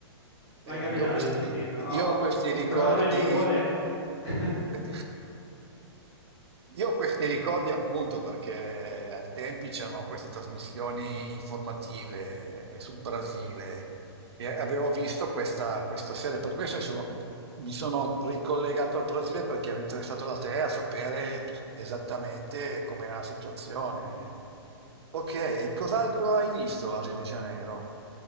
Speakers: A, on the right; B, on the left.
A: Eh,
B: mai capitato
A: io ho questi,
B: di sentirlo.
A: io
B: Ho, ho-
A: ho questi ricordi,
B: ho provato il liquore <laughs>
A: beh, io ho questi ricordi appunto perché ai tempi c'erano queste trasmissioni informative eh, sul Brasile e avevo visto questa, questa serie, per questo sono- mi sono ricollegato al Brasile perché ero interessato da te a sapere esattamente com'era la situazione. Ok, e cos'altro hai visto a Rio de Janeiro?